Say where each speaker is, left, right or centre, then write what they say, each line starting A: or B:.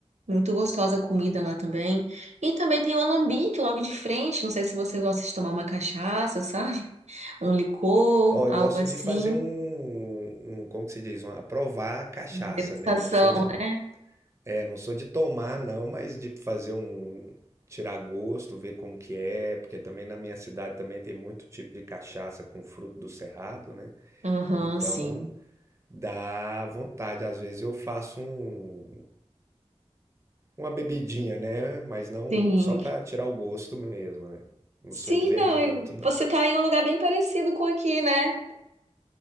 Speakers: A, on the right; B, on the right.
A: Muito gostosa a comida lá também. E também tem o alambique logo de frente. Não sei se você gosta de tomar uma cachaça, sabe? Um licor,
B: Ó,
A: algo
B: eu gosto
A: assim.
B: de fazer um, um, como que se diz, uma provar cachaça,
A: Uma degustação,
B: né? Não sou de
A: né?
B: É, não sou de tomar não, mas de fazer um tirar gosto, ver como que é, porque também na minha cidade também tem muito tipo de cachaça com fruto do cerrado, né?
A: Aham,
B: Então
A: sim.
B: dá vontade, às vezes eu faço um, uma bebidinha, né? Mas não
A: Sim.
B: só para tirar o gosto mesmo, né? Não
A: Sim,
B: sou de beber
A: não,
B: muito
A: eu-
B: não.
A: você tá em um lugar bem parecido com aqui, né?